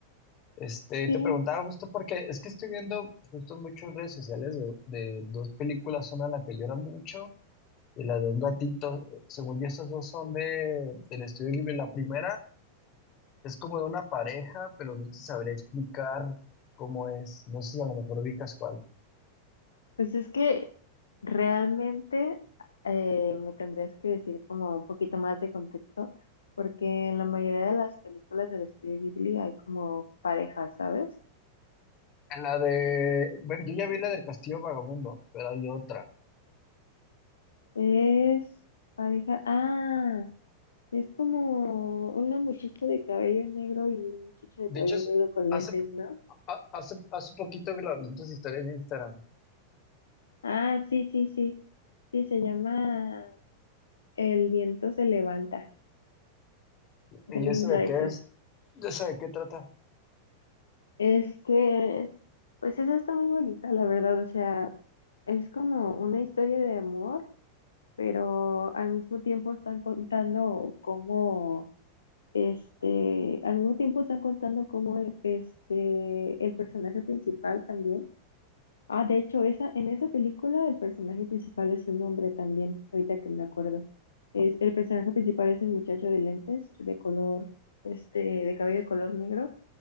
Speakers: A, on the left; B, on the left.
A: Este,
B: Sí,
A: te preguntaba justo porque es que estoy viendo justo mucho en redes sociales de, de dos películas, una en la que lloran mucho y la de un gatito. Según yo, esas dos son de, del estudio Ghibli. La primera es como de una pareja, pero no te sabría explicar cómo es. No sé si a lo mejor ubicas cuál.
B: pues es que realmente eh, me tendrías que decir como un poquito más de contexto, porque en la mayoría de las películas del estudio Ghibli hay como parejas, ¿sabes?
A: En la de, bueno, yo ya vi la del Castillo Vagabundo, pero hay otra.
B: Es pareja. Ah, es como una muchacha de cabello negro y un muchacho de
A: De
B: cabello
A: hecho, es-
B: negro con
A: hace,
B: lentes, ¿no?
A: a- hace, hace poquito que la vi en tus historias de Instagram.
B: Ah, sí, sí, sí. Sí, se llama El viento se levanta, The
A: ¿Y
B: Wind
A: eso de
B: Rises.
A: qué es? ¿De eso de qué trata?
B: Este, pues esa está muy bonita, la verdad. O sea, es como una historia de amor, pero al mismo tiempo están contando cómo Este, al mismo tiempo están contando cómo el- este, el personaje principal también. Ah, de hecho, esa, en esa película el personaje principal es un hombre también, ahorita que me acuerdo. Es, el personaje principal es el muchacho de lentes, de color, este, de cabello de color negro.